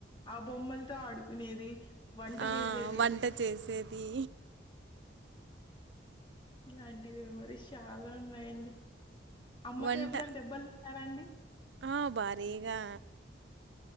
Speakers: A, on the left (about 25°); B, on the right (about 75°).
A: ఆ బొమ్మల్తో ఆడుకునేది వంట
B: ఆ
A: చేసేది
B: వంట చేసేదీ
A: ఇలాంటి మోమోరీస్ చాలా ఉన్నయండి. అమ్మతో
B: వంట
A: ఎప్పుడన్ దెబ్బల్ తిన్నారా అండి
B: ఆ భారీగా